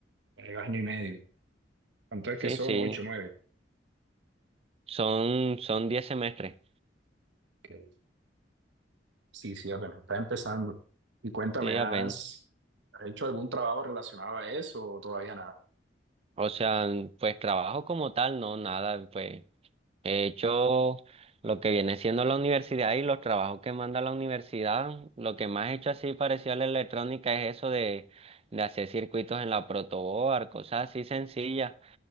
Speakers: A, on the right (about 80°); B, on the right (about 35°).
A: eh, año y medio. ¿Cuánto es
B: Sí,
A: que son?
B: sí,
A: Ocho, nueve.
B: son, son diez semestres.
A: Que, sí, sí, apenas está empezando. Y cuéntame,
B: Sí,
A: ¿has
B: apenas.
A: has hecho algún trabajo relacionado a eso o todavía nada?
B: O sea, pues trabajo como tal, no, nada, pues He hecho lo que viene siendo la universidad y los trabajos que manda la universidad. Lo que más he hecho así parecido a la electrónica es eso de, de hacer circuitos en la protoboard, cosas así sencillas.